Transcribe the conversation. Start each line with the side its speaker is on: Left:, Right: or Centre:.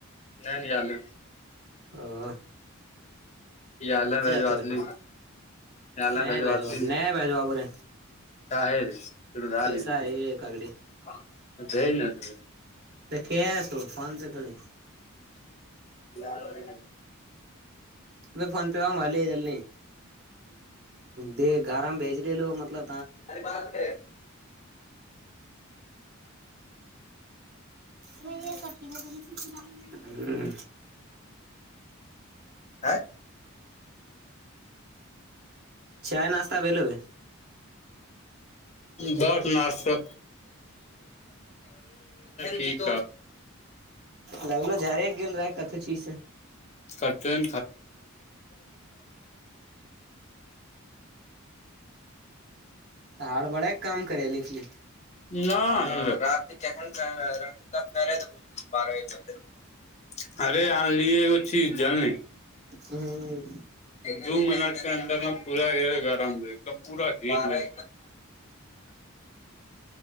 Left: نہیں نہیں آلے
Right: ہ
Left: یہ الالم بجوات
Right: تو
Left: ل یہ الالم
Right: نہیں
Left: بجوات
Right: بھیجو
Left: ل
Right: نہیں بھیجوا بولے
Left: س ہے رے ک ج ل
Right: پیسہ
Left: ن
Right: ہے کاگڑی
Left: د ن تے
Right: تو کیا س فن سے تھھڑی
Left: دان
Right: ا فون پہ وا بے جل نہیں د گھر میں بھیج لے لو مطلب
Left: ا مات
Right: نہیں ہے سرتی میں ک ل
Left: ا
Right: چائے ناسہ ا بیلب
Left: بس ناسا یک
Right: لگنو جڑی گ رہا کتھی چیز سے
Left: کاٹ کر
Right: ہڑ بڑا ایک کام کرے لے کی
Left: نہ رات رات تب گ رہے بارہ ایک بجے نا ارے آ لیے اچ جان ن
Right: ہوں
Left: دو منٹ کے اندر ن پورا گرم رہ ایک پورا ہیٹ رہ